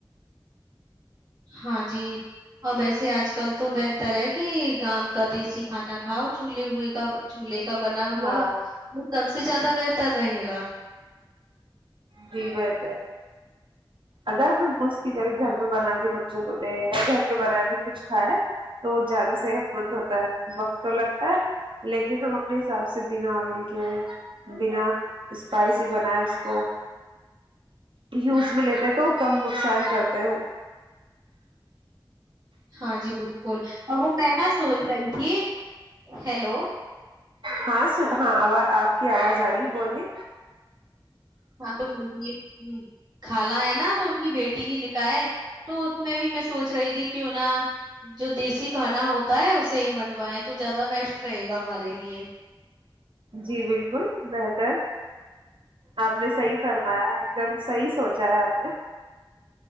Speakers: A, on the right; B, on the right.
A: ہاں جی اور ویسے آج کل تو بہتر ہے کہ گام کا دیسی کھانا کھاؤ چولہے ہوئے کا چلہے کا بنا ہوا
B: ہاں
A: سب سے زیادہ بہتر رہے گا
B: جی بہتر اگر ہم اس کی جگہ گھر پہ بنا کے بچوں کو دیں یا گھر پہ بنا کے کچھ کھائے تو زیادہ صحت مند ہوتا ہے وقت تو لگتا ہے لیکن ہم اپنے حساب سے بنا آئل کے بنا اسپائسی بنائے اس کو یوز بھی لیتے تو کم نقصان کرتا ہے وہ
A: ہاں جی بالکل اور وہ میں نا سوچ رہی تھی ہیلو
B: ہاں ہاںواز آپ کی آواز آ رہی ہے بولیے
A: ہاں تو م کالانہ ہے نا تو ان کی بیٹی کی نکاح تو اس میں بھی میں سوچ رہی تھی کہ نہ جو دیسی کھانا ہوتا ہے اسے ہی بنوائائے تو زیادہ بیسٹ رہے گا ہمارے لیے
B: جی بالکل بہتر آپ نے صحیح فرمایا ایک دم صحیح سوچا ہے آپ نے